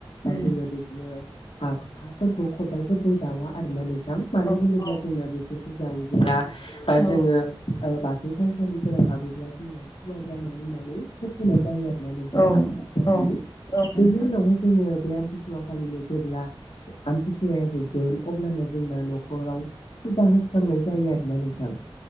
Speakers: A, on the left; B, on the left.
A: बा
B: उम
A: जोङो बे नो हा हाफोरखौ खदालफोर जों जावा आरो ना नोंथां मानो
B: औ
A: होनोब्ला
B: औ
A: जोंना बेफोरखौ जावोब्ला बा
B: औ
A: जोङो ओ बाथौ थानसालिफोराव हाबोब्ला जोंना सुवा जानाय होनना नै फोथायनाय जायो आरो ना नोंथां
B: औ
A: आमथिसुवा
B: औ
A: खालि बेनि
B: नोंथां
A: उनावहाय जोङो बे आमथि सुवाखालिनो जेब्ला आमथिसुवाया जोबगोन अब्लानो जोंना न'खराव फुजा होस्रांनाय जायो आरो ना नों थां